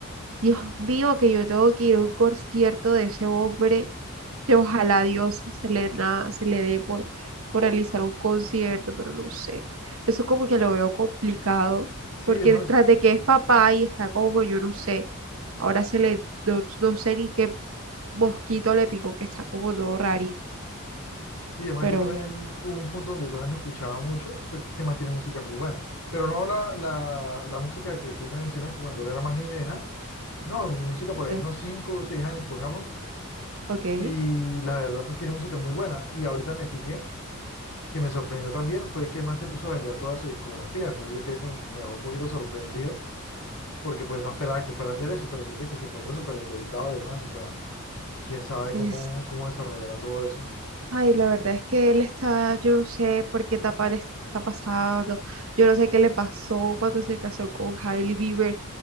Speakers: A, on the right (about 65°); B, on the left (about 70°).
A: Dios mío, que yo tengo que ir a un concierto de ese hombre, que ojalá Dios se le, da- se le dé por, por realizar un concierto, pero no sé, eso como que lo veo complicado,
B: Sí,
A: porque
B: además,
A: tras de que es papá y está como, yo no sé, ahora se le no, no sé ni qué mosquito le picó que está como todo rarito,
B: sí, además
A: pero
B: yo también,
A: bueno,
B: hubo un punto donde yo también lo escuchaba mucho, porque es que mantiene música muy buena, pero no la, la, la música que tú me mencionas, que cuando él era más niño y nada, no, música por
A: entonces,
B: ahí unos 5 o 6 años, pongámoslo,
A: ok.
B: y la verdad, pues tiene música muy buena, y ahorita me fijé, que me sorprendió también, fue que más se puso a vender toda su discografía, entonces yo quedé como, me un poquito sorprendido porque pues no esperaba que fuera a hacer eso, pero resulta que se encuentra súper endeudado y demás, o sea, quién sabe
A: Es,
B: cómo, cómo desarrollará todo eso.
A: ay, la verdad es que él está, yo no sé por qué etapa le está pasando, yo no sé qué le pasó cuando se casó con Hailey Bieber,